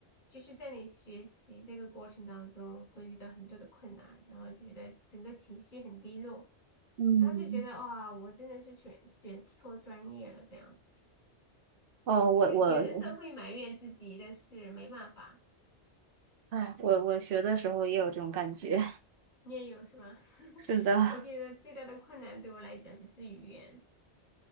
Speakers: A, on the left; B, on the right.
A: 就是在你学习这个过程当中会遇到很多的困难，然后就觉得整个情绪很低落，
B: 嗯，
A: 然后就觉得哇，我真的是选选错专业了这样子。
B: 哦，我我我，
A: 就是有的时候会埋怨自己，但是没办法，
B: 哎，我我学的时候也有这种感觉。
A: 你也有是吗？<laughs>
B: 是的，
A: 我觉得最大的困难对我来讲就是语言，